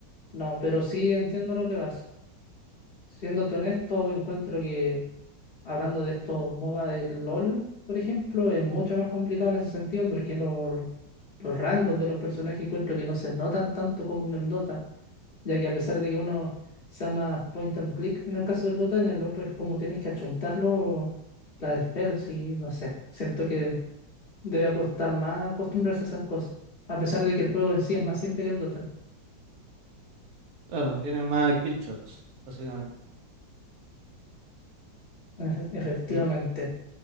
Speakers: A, on the left; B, on the right.
A: No, pero sí entiendo lo que vas. Siéndote honesto, encuentro que hablando de estos MOBA del LOL, por ejemplo, es mucho más complicado en ese sentido porque los, los rangos de los personajes encuentro que no se notan tanto como en el Dota, ya que a pesar de que uno sea más point and click en el caso del Dota, en el otro es como tienes que achuntarlo la de spells y no sé, siento que debe costar más acostumbrarse a esas cosas, a pesar de que el juego en sí es más simple que el Dota.
B: Claro, tiene más kill shots, básicamente.
A: Efe- efectivamente.
B: El-